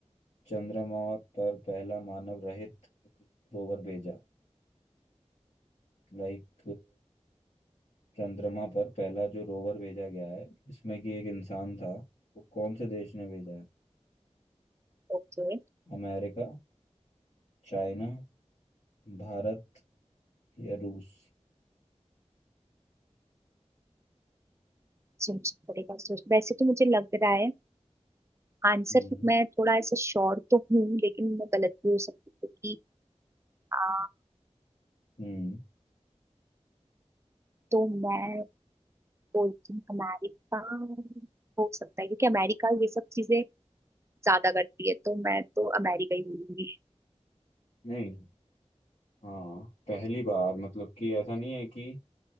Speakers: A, on the left (about 75°); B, on the right (about 25°).
A: चंद्रमा पर पहला मानव रहित रोवर भेजा लाइक चंद्रमा पर पहला जो रोवर भेजा गया है इसमें कि एक इंसान था वो कौन से देश ने भेजा है
B: ओके
A: अमेरिका चाइना भारत या रूस
B: सोचना पड़ेगा सोच वैसे तो मुझे लग रहा है आंसर
A: हम्म
B: मैं थोड़ा ऐसे श्योर तो हूँ लेकिन मैं गलत भी हो सकती हूँ क्योंकि आ,
A: हम्म
B: तो मैं बोलती हूँ अमेरिका हो सकता है क्योंकि अमेरिका ये सब चीजें ज्यादा करती है तो मैं तो अमेरिका ही बोलूंगी
A: नहीं हाँ पहली बार मतलब कि ऐसा नहीं है कि